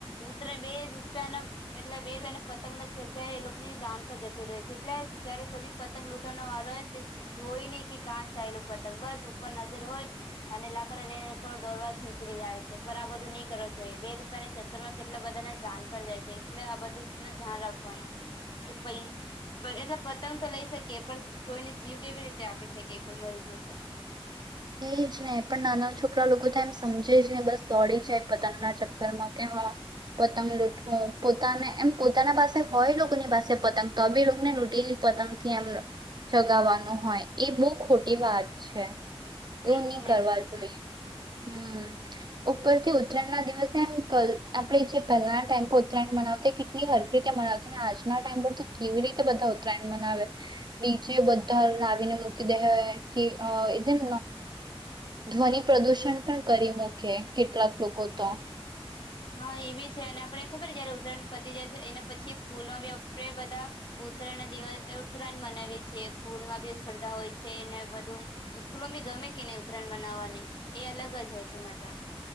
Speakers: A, on the left; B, on the right.
A: ઉતરાયણ બે રૂપિયાના એટલે બે રૂપિયા પતંગના જગ્યાએ એ લોકોની જણ પર જતી રહેય છે, એટલે જયારે કોઈ બી પતંગ લૂંવાનો વારો હોય જોય નહી કે કાં ચાલ પતંગ બસ ઉપર નજર હોય અને લાકડા લઈને લોકો દોરવા જ નીકળી જાય છે પણ આ બધું નહીં કરવો જોઈએ બે રૂપિયા ના ચક્કરમાં કેટલા બધા જાન પર જાય છે એટલે આ બધું ન ધ્યાન રાખો કે પ એટલે પતંગ તો લઈ શકીએ પણ કોઈને જીવ કેવી રીતે આપી શકીએ કોઈ મરી ગયયો તો
B: એ જ હ પણ નાના છોકરા લોકો તો એમ સમજે જ નહી બસ દોડી જાય પતંગના ચક્કર માં કે હા પતંગ લૂટહું પોતાને એમ પોતાના પાસે હોય લોકોની પાસે પતંગ તો બી લોકોને લૂ લી પતંગથી એમને ચગાવવાનું હોય એ બો ખોટી વાત છે. એવું
A: એજ
B: નહી
A: ને
B: કરવા જોઈએ હમ ઉપરથી ઉત્તરાયણ ના દિવસે એમ આપણેે જે પહેલા ટાઈમ પર ઉત્તરાયણ મનાવતા કેટલી હરખી રીતે મનાવત આજના ટાઈમ પર તો કેવી રીતે બધા ઉત્તરાયણ મનાવે ડીજ બધા લાવીને મૂકી દેવા કે જેમ ધ્વનિ પ્રદુષણ પણ કરી મૂકે કેટલાક લોકો તો
A: હા એ બી છે અને આપડે ખબર જયારે ઉત્તરાયણ પતી જાય છે એને પછી સ્કૂલમાં બી આપે બધા ઉત્તરાયણ દિવસ ઉત્તરાયણ મનાવીએ છીએ સ્કૂલમાં બી સ્પર્ધા હોય છે ને બધું સ્કૂલમાં બી ગમે કે નહી ઉત્તરાયણ મનાવવાની એ અલગ જ હોય છે મજા